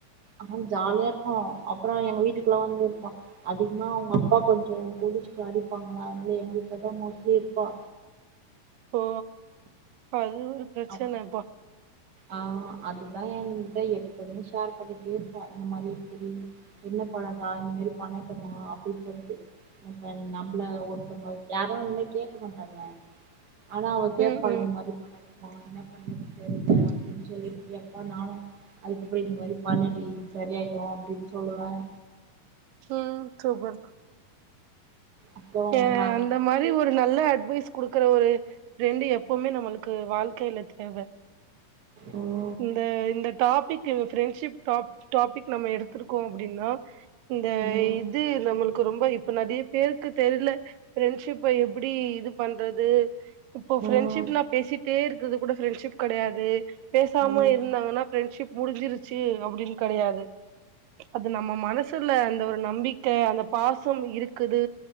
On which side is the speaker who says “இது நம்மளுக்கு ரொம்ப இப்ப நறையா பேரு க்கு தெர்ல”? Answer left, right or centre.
Right